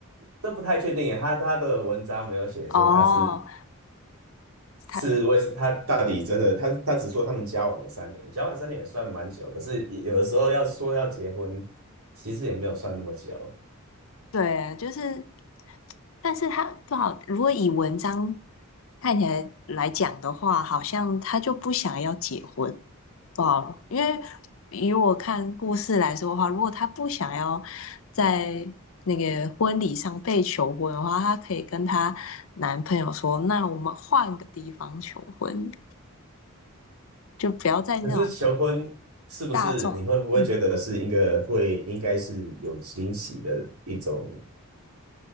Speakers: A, on the right (about 80°); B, on the left (about 65°).
A: 这不太确定耶，他他的文章没有写说他是
B: 哦，她她
A: 是为他到底真的，他他只说他们交往了三年，交往三年也算蛮久，可是也有的时候要说要结婚，其实也没有算那么久。
B: 对，就是，但是它不好。如果以文章看起来来讲的话，好像他就不想要结婚，不好。因为以我看故事来说的话，如果他不想要在那个婚礼上被求婚的话，她可以跟她男朋友说：“那我们换个地方求婚，就不要在那种
A: 可是求婚是不是你会不会觉得是一个会应该是有惊喜的一种
B: 大众。”嗯。